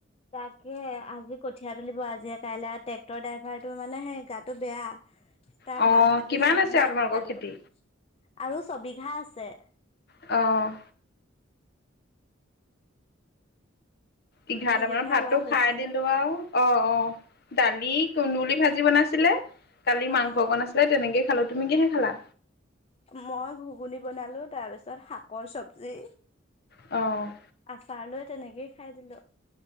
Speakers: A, on the left; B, on the left.
A: তাকে, আজি কঠিয়া তুলিব আজিয়ে কাইলৈ আৰু ট্ৰেক্টৰ ড্ৰাইভাৰটো মানে সেই গাটো বেয়া। তাৰ
B: অ
A: ভাল হোৱাৰ
B: কিমান
A: পিছতহে
B: আছে আৰু তোমালোকৰ
A: বোকা দিব।
B: খেতি
A: আৰু ছবিঘা আছে।
B: অ'। এঘাৰটামানৰ
A: দুবিঘা
B: ভাতটো
A: ৰোৱা হৈছেহে।
B: খাই দিলোঁ আও। অ' - অ', দালি, কুন্দুলি ভাজি বনাইছিলে। কালি
A: অ',
B: মাংস অকণ আছি লে তেনেকে খালোঁ, তুমি কিহে খালা?
A: মই ঘুগুনী বনালোঁ, তাৰ পিছত শাকৰ চবজি।
B: অ'।
A: আচাৰ লৈ তেনেকেই খাই দিলোঁ।